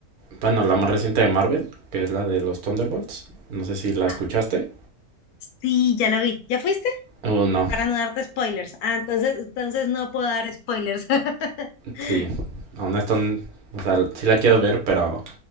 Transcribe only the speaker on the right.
bueno, la más reciente de Marvel, que es la de los Thunderbolts. No sé si la escuchaste.
o no,
sí. Aún no están... O sea, sí la quiero ver, pero